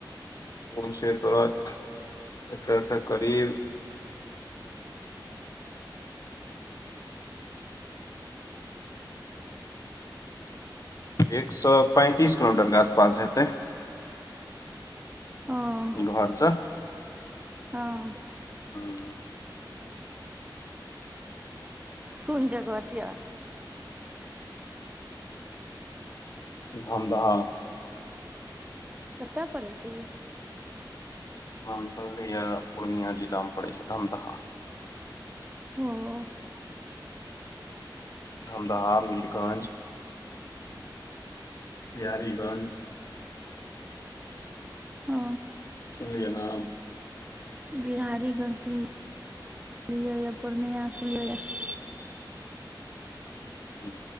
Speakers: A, on the left (about 45°); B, on the right (about 15°).
A: उ छै तोरा एत सं करीब एक सौ पैंतीस किलोमीटर के आसपास हेतै।
B: हँ
A: घरसँ।
B: हँ।
A: ह
B: कून जगह छीह?
A: धमदाहा।
B: कत पड़ै छै ई?
A: नाम सुनलीह? पूर्णिया जिलामे पड़ै छै धमदहा।
B: हं।
A: धमदाहा, मीरगंज बिहारीगंज।
B: ह
A: सुनलीहे नाम?
B: बिहारी गंज सुनलियै <inaudible> य पूर्णिया सुनलियैय य।
A: <inaudible> हुं